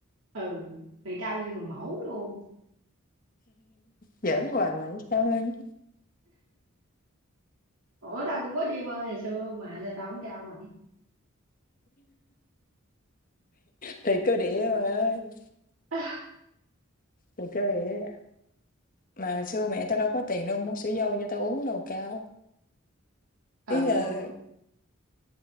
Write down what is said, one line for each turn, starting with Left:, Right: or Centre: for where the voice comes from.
Right: ừ Mày cao như người mẫu luôn
Left: giỡn hoài mày sao hơn
Right: Ủa tao cũng có đi bơi hồi xưa mà Sao tao không cao mày
Left: thì cơ địa rồi ơi
Right: <laughs>
Left: thì cơ địa mà xưa mẹ tao đâu có tiền đâu mua sữa dâu cho tao uống đâu cao
Right: Ừ
Left: ý là